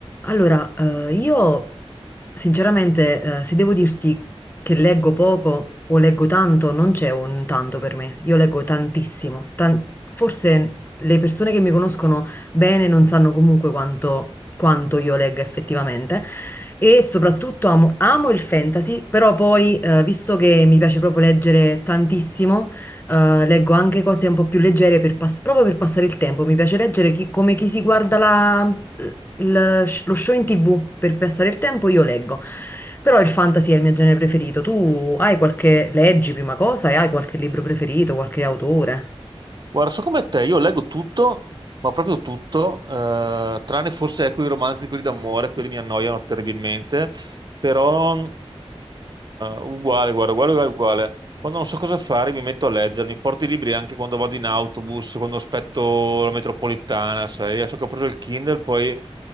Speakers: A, on the left; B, on the right.
A: Allora, eh, io sinceramente, eh, se devo dirti che leggo poco o leggo tanto, non c'è un tanto per me. Io leggo tantissimo. tan- Forse le persone che mi conoscono bene non sanno comunque quanto, quanto io legga effettivamente. E soprattutto amo, amo il fantasy, però poi, eh, visto che mi piace proprio leggere tantissimo, eh, leggo anche cose un po' più leggere per pas- proprio per passare il tempo. Mi piace leggere chi- come chi si guarda la, il sh- lo show in TV per passare il tempo, io leggo. Però il fantasy è il mio genere preferito. Tu hai qualche, leggi prima cosa e hai qualche libro preferito, qualche autore?
B: Guarda, so come te, io leggo tutto, ma proprio tutto, eh, tranne forse ecco i romanzi, quelli d'amore, quelli mi annoiano terribilmente, però eh, uguale, guarda, uguale, uguale, uguale. Quando non so cosa fare mi metto a leggere, mi porto i libri anche quando vado in autobus, quando aspetto la metropolitana, sai, adesso che ho preso il Kindle poi eh,